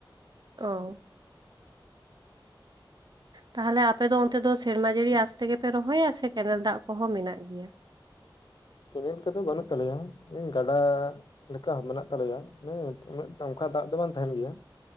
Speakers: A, on the right; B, on the left.
A: ᱚᱻ ᱛᱟᱦᱞᱮ ᱟᱯᱮ ᱫᱚ ᱚᱱᱛᱮ ᱫᱚ ᱥᱮᱨᱢᱟ ᱡᱟᱹᱲᱤ ᱟᱥᱛᱮᱜᱮᱯᱮ ᱨᱚᱦᱚᱭᱟ ᱥᱮ ᱠᱮᱱᱮᱞ ᱫᱟᱜ ᱠᱚᱦᱚᱸ ᱢᱮᱱᱟᱜ ᱜᱮᱭᱟ?
B: ᱠᱮᱱᱮᱞ ᱠᱚᱫᱚ ᱵᱟᱹᱱᱩᱜ ᱛᱟᱞᱮᱭᱟ ᱟᱻ.. ᱜᱟᱰᱟ ᱞᱮᱠᱟ ᱢᱮᱱᱟᱜ ᱛᱟᱞᱮᱭᱟᱮ ᱩᱱᱟᱹᱜ ᱚᱱᱠᱟ ᱫᱟᱜ ᱫᱚ ᱵᱟᱝ ᱛᱟᱦᱮᱸᱱ ᱜᱮᱭᱟ᱾